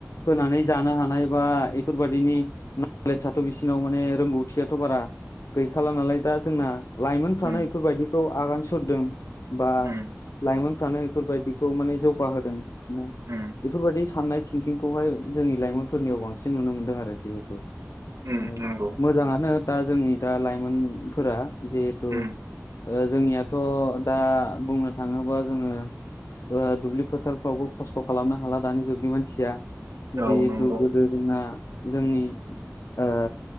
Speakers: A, on the left; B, on the right.
A: होनानै जानो हानाय बा बेफोरबायदिनि न नलेजआथ' बिसिनाव माने रोंगौथियाथ' बारा गैखाला नालाय दा जोंना लाइमोनफ्रानो
B: उम
A: बेफोरबायदिखौ आगान सुरदों बा
B: उम
A: लाइमोनफ्रानो बेफोरबायदिखौ माने जौगाहोदों।
B: उम
A: बेफोरबायादि साननाय थिंकिंखौहाय जोंनि लाइमोनफोरनियाव बांसिन नुनो मोनदों आरो जिहेतु
B: उम
A: औ,
B: नंगौ
A: मोजाङानो दा जोंनि दा लाइमोनफोरा। जिहेतु
B: उम
A: ओ जोंनियाथ' दा बुंनो थाङोबा जोङो ओ दुब्लि फोथारफ्रावबो खस्थ' खालामनो हाला दानि जुगनि मानसिया।
B: औ
A: जिहेतु
B: नंगौ
A: गोदो जोंना जोंनि ओ